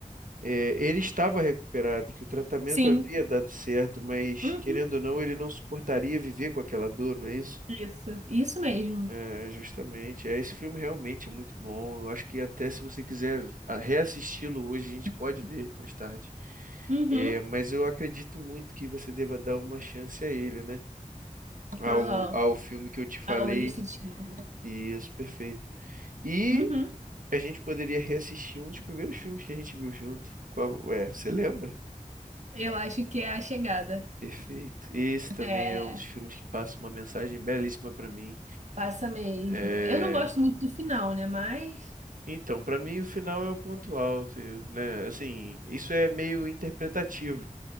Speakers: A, on the right; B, on the right.
A: eh, ele estava recuperado, que o tratamento
B: Sim.
A: havia dado certo, mas
B: Uhum.
A: querendo ou não, ele não suportaria viver com aquela dor, não é isso?
B: Isso, isso mesmo.
A: É, justamente. É, esse filme realmente é muito bom. Eu acho que até se você quiser v- a- reassisti-lo hoje, a gente pode ver mais tarde.
B: Uhum.
A: É, mas eu acredito muito que você deva dar uma chance a ele, né? Ao,
B: Aham.
A: ao filme que eu te falei.
B: Ah, o ilícito de Schindler.
A: Isso, perfeito. E
B: Uhum.
A: A gente poderia reassistir um dos primeiros filmes que a gente viu junto. Qual é? Você lembra?
B: Eu acho que é a chegada.
A: Perfeito. Esse também
B: É,
A: é um dos filmes que passa uma mensagem belíssima pra mim.
B: passa mesmo.
A: É,
B: Eu não gosto muito do final, né? Mas
A: Então, pra mim o final é o ponto alto, e, né? Assim, isso é meio interpretativo,